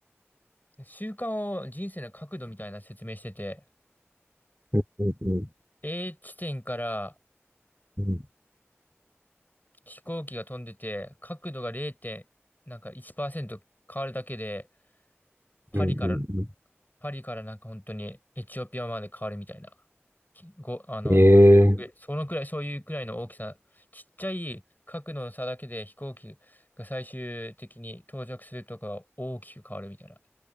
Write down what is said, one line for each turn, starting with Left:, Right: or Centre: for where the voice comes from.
Left: 習慣を人生の角度みたいな説明してて、
Right: うんうん
Left: A 地点から
Right: うん
Left: 飛行機が飛んでて、角度が0点、なんか1%変わるだけで、パリから
Right: うん
Left: パリからなんか本当にエチオピアまで変わるみたいな。きご、あの、
Right: うん。ええー
Left: えそのくらい、そういうくらいの大きさ、ちっちゃい角度の差だけで飛行機が最終的に到着するとか大きく変わるみたいな。